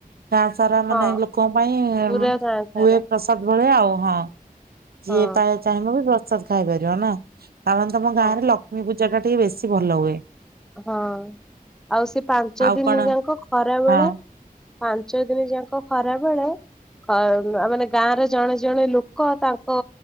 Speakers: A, on the right; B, in the centre.
A: ଗାଁ ସାରା ମାନେ
B: ହଁ
A: ଲୋକଙ୍କ ପାଇଁ
B: ପୁରା ଗାଁ ସାରା
A: ହୁଏ ପ୍ରସାଦ ଭଳିଆ ଆଉ। ଓହାଁ । ଯିଏ
B: ହଁ
A: ପାଏ ଚାହିଁବବି ବ ସାଦ୍ ଖାଇପାରିବ ନା । ତାମାନେ ତମ ଗାଁରେ
B: ହଁ
A: ଲକ୍ଷ୍ମୀ ପୁ ଜାଟା ଟିକେ ବେଶୀ ଭଲ ହୁଏ ।
B: ହଁ ଆଉ ସେ ପାଞ୍ଚ
A: ଆଉ
B: ଦିନି
A: କଣ
B: ଯାଙ୍କ ଖରା ବେଳେ
A: ହଁ
B: ପାଞ୍ଚ ଦିନି ଯାଙ୍କ ଖରାବେଳେ ଅ ମା ମାନେ ଗାଁର ଜଣେ ଜଣେ ଲୋକ ତାଙ୍କ